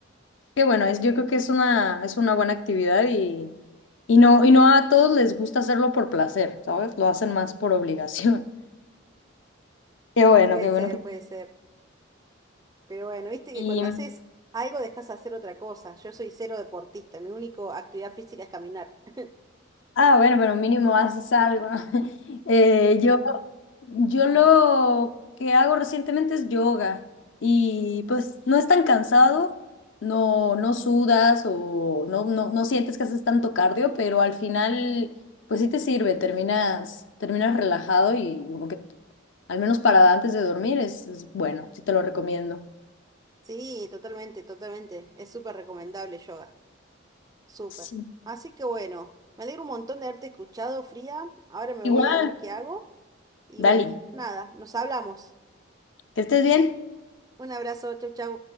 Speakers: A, on the left; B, on the right.
A: Qué bueno, es, yo creo que es una, es una buena actividad y, y no, y no a todos les gusta hacerlo por placer, ¿sabes? Lo hacen más por obligación. <laughs> Qué bueno,
B: Puede
A: qué
B: ser,
A: bueno que...
B: puede ser. Pero bueno, viste
A: Y,
B: que cuando haces algo dejas de hacer otra cosa. Yo soy cero deportista, mi única actividad física es caminar. <laughs>
A: ah, bueno, pero mínimo haces algo. <laughs> Eh, yo, yo lo que hago recientemente es yoga y pues no es tan cansado, no, no sudas o no, no, no sientes que haces tanto cardio, pero al final pues sí te sirve, terminas, terminas relajado y como que Al menos para antes de dormir es, es bueno, sí te lo recomiendo.
B: Sí, totalmente, totalmente. Es súper recomendable yoga. Súper.
A: Sí.
B: Así que bueno, me alegro un montón de haberte escuchado, Frida. Ahora me
A: Igual,
B: voy a ver qué hago. Y bueno,
A: Dali,
B: nada, nos hablamos.
A: que estés bien.
B: Un abrazo, chau, chau.